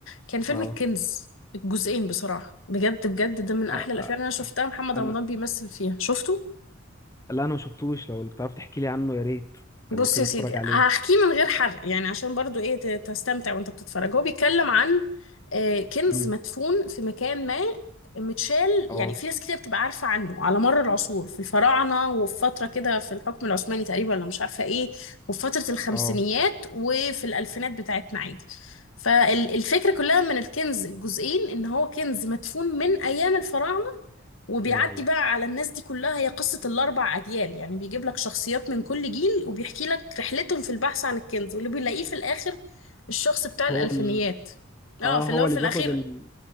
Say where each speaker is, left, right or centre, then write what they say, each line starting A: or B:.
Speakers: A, on the left; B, on the left.
A: كان فيلم
B: اه
A: الكنز الجزئين بصراحة بجد بجد ده من أحلى
B: آه،
A: الأفلام
B: آه،
A: اللي أنا شفتها
B: آه.
A: محمد
B: انا
A: رمضان بيمثل فيها شفته؟
B: لا انا ما شفتوش لو تعرف تحكي لي عنه يا ريت
A: بص
B: لو كده
A: يا سيدي
B: اتفرج عليه
A: هحكيه من غير حرق يعني عشان برضو ايه ت- تستمتع وانت بتتفرج هو بيتكلم عن آه، كنز
B: مم.
A: مدفون في مكان ما متشال
B: اه
A: يعني في ناس كتير بتبقى عارفة عنه على مر العصور في الفراعنة وفي فترة كده في الحكم العثماني تقريبا ولا مش عارفة ايه وفي فترة الخمسينيات
B: اه
A: وفي الألفينات بتاعتنا عادي فالفكرة كلها من الكنز الجزئين ان هو كنز مدفون من ايام الفراعنة وبيعدي
B: يا لهوي
A: بقى على الناس دي كلها هي قصة الأربع أجيال يعني بيجيب لك شخصيات من كل جيل وبيحكي لك رحلتهم في البحث عن الكنز واللي بيلاقيه في الآخر الشخص بتاع
B: هو
A: الألفينيات
B: ال...
A: اه
B: اه
A: في
B: هو
A: اللي هو
B: اللي
A: في
B: بياخد
A: الأخير
B: ال...